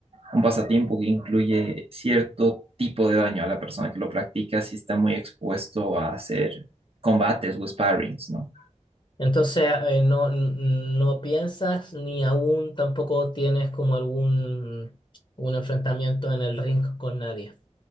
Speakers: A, on the right; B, on the left.
A: un pasatiempo que incluye cierto tipo de daño a la persona que lo practica si está muy expuesto a hacer combates o sparrings, ¿no?
B: entonces eh, no, no piensas ni aún tampoco tienes como algún un enfrentamiento en el ring con nadie.